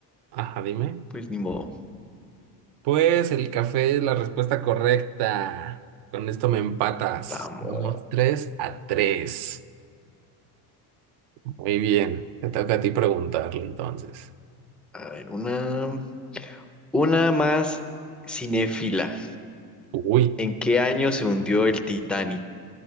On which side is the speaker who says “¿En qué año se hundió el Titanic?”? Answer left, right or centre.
Centre